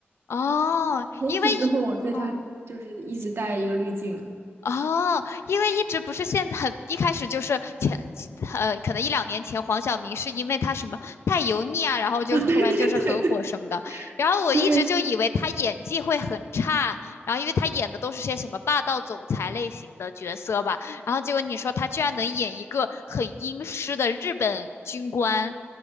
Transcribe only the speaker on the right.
从此之后，
我对他就是一直戴一个滤镜。
<laughs>
啊，对对对对，
<laughs> 对